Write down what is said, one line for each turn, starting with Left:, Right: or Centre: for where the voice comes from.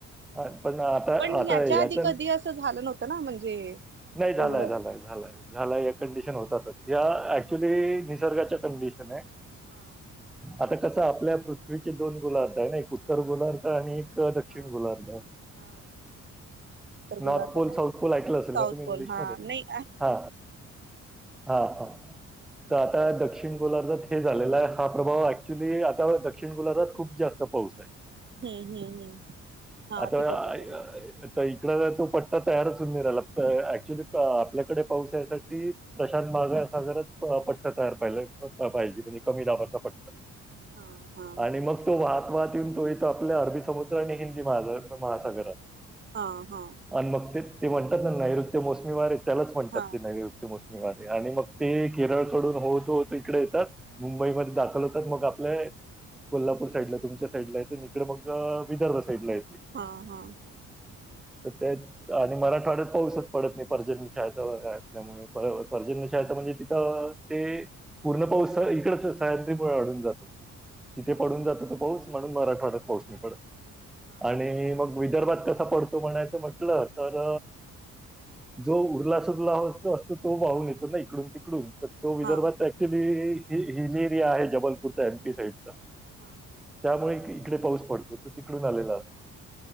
Centre: अ, पण आता
Right: पण
Centre: आता
Right: ह्याच्या
Centre: याचा
Right: आधी कधी असं झालं नव्हतं ना, म्हणजे
Centre: नाही झालाय
Right: एवढं
Centre: झालाय झालाय झालाय या कंडिशन होत तस. या ऍक्च्युली निसर्गाच्या कंडिशन आहे.
Right: हा.
Centre: आता कसं आपल्या पृथ्वीचे दोन गोलार्थ आहे, ना एक उत्तर गोल्थ आणि एक दक्षिण
Right: हा
Centre: गोलार्थ.
Right: हा उत्तर गोलार्ध
Centre: नॉर्थ पोल
Right: हा
Centre: साऊथ पोल ऐकलं असेल
Right: साऊथ
Centre: ना तुम्ही
Right: पोल
Centre: इंग्लिशमध्ये
Right: हा नाही
Centre: हा. हा हा.
Right: ह
Centre: तर आता दक्षिण गोलारधात हे झालेला आहे हा प्रभाव ऍक्च्युली आता दक्षिण गोलारधात खूप जास्त पाऊस आहे.
Right: हम्म हम्म हम्म. हा
Centre: आता
Right: तिकडच्या साईडला
Centre: इकड तो पट्टा तयारच होऊ नि राहिला ऍक्च्युली आपल्याकडे पाऊस यासाठी प्रशांत मागागर पट्टा तयार पाहि पाहिजे म्हणजे कमी दाबाचा पट्टा.
Right: हा हा
Centre: आणि मग तो वाहत वाहत येऊन तो इथ आपल्या अरबी समुद्र आणि हिंदी म महासागरात.
Right: हा हा.
Centre: आणि मग ते ते म्हणतात ना नैऋत्य मोसमी वारे त्यालाच म्हणतात
Right: हा
Centre: ते नैऋत्य मोसमी
Right: हा
Centre: वारे, आणि मग ते केरळकडून होत होत इकडे येतात मुंबईमध्ये दाखल होतात मग आपल्या कोल्हापूर साईड ला तुमच्या साईडला आहे इकडडे मग विदर्भ साईड ला येत.
Right: हा हा हा.
Centre: तर ते आणि मराठवाड्यात पाऊसच पडत नाही पर्जन्य ायता वगैरे असल्यामुळे पर्जन्य चाह म्हणजे तिथं अ-ते पूर्ण पाऊस इकडच सह्याद्री मु- अढून जातो. तिथे पडून
Right: अच्छा
Centre: जातो. तो पाऊस म्हणून मराठवाड्यात पाऊस नाही पडत.
Right: हा हा
Centre: आणि मग विदर्भात कसा पडतो म्हणायचं म्हटलं तर जो उरला सुरला होत तो तो वाहून
Right: हा
Centre: येतो, ना इकडून तिकडून तर तो विदर्भात
Right: हा
Centre: ऍक्च्युली हि जी एरिया आहे. जबलपूरचा एमपी साईडचा
Right: हा हा
Centre: त्यामुळे इकडे पाऊस पडतो. तो तिकडून आलेला असतो.